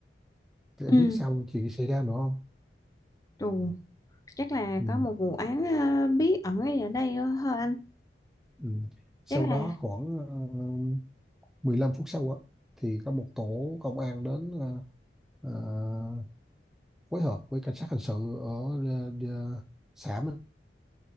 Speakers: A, in the centre; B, on the left.
A: thì em
B: Ừ,
A: biết sao chuyện xảy ra nữa không
B: trù, chắc là
A: ừ.
B: có một vụ án ờ, bí ẩn ấy ở đây ờ, hả anh?
A: Ừ. Sau
B: Chắc là
A: đó khoảng ờ, 15 phút sau á, thì có một tổ công an đến ờ, ờ, phối hợp với cảnh sát hình sự ở ờ, ờ, xã mình